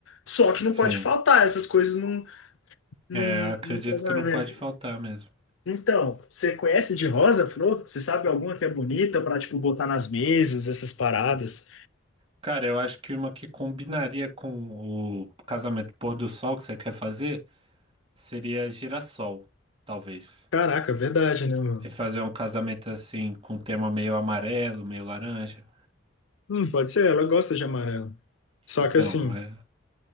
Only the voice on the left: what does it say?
Só que não
pode faltar essas coisas num, num,
num casamento.
Então, você conhece de rosa, flor? Você sabe alguma que é bonita pra, tipo, botar nas mesas, essas paradas?
Caraca, é verdade, né, mano?
Hum, pode ser, ela gosta de amarelo. Só
que assim.